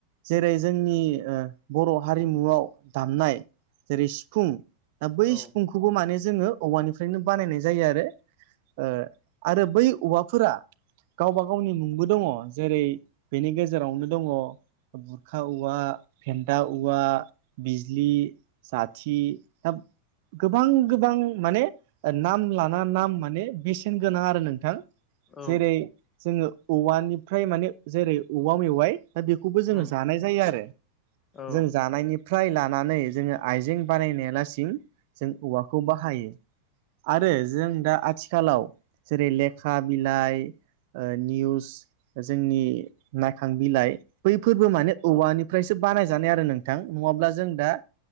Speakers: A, on the right; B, on the left.
A: जेरै जोंनि ओ बर' हारिमुआव दामनाय जेरै सिफुं दा बै
B: औ
A: सिफुंखौबो माने जोङो औवानिफ्रायनो बानायनाय जायो आरो ओ आरो बै औवाफोरा गावबा गावनि मुंबो दङ जेरै बेनि गेजेरावनो दङ बुरखा औवा फेथा औवा बिजलि जाथि दा गोबां गोबां माने नाम लाना नाम माने बेसेन गोनां आरो नोंथां
B: औ
A: जेरै जोङो औवानिफ्राय माने जेरै औवा मेवाइ दा बेखौबो
B: उम
A: जोङो
B: औ उम
A: जानाय जायो आरो
B: औ
A: जों जानायनिफ्राय लानानै जोङो आइजें बानायनायाव लासिम जों औवाखौ बाहायो आरो जों दा आथिखालाव जेरै लेखा बिलाइ निउस जोंनि नायखां बिलाइ बैफोरबो मानो औवानिफ्रायसो बानायजानाय आरो नोंथां नङाब्ला जों दा